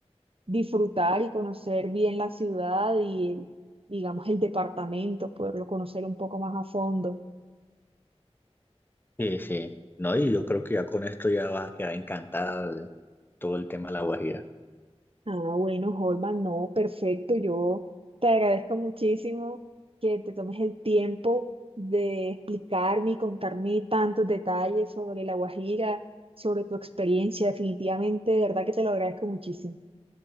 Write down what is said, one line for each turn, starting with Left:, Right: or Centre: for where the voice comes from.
Right: disfrutar y conocer bien la ciudad y, el- digamos, el departamento, poderlo conocer un poco más a fondo.
Left: Sí, sí. No, y yo creo que ya con esto ya vas a quedar encantada de todo el tema de la guajira.
Right: Ah, bueno, Holman, no, perfecto. Yo te agradezco muchísimo que te tomes el tiempo de explicarme y contarme tantos detalles sobre La Guajira, sobre tu experiencia. Definitivamente, de verdad que te lo agradezco muchísimo.